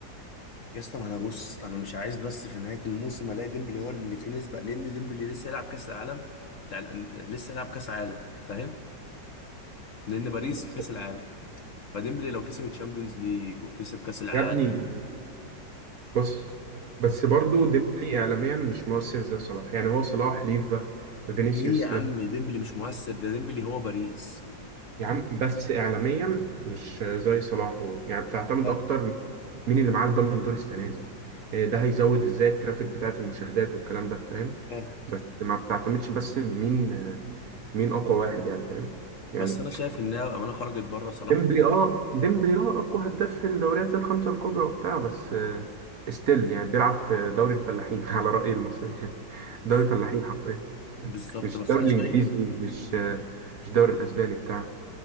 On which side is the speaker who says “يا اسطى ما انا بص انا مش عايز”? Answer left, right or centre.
Left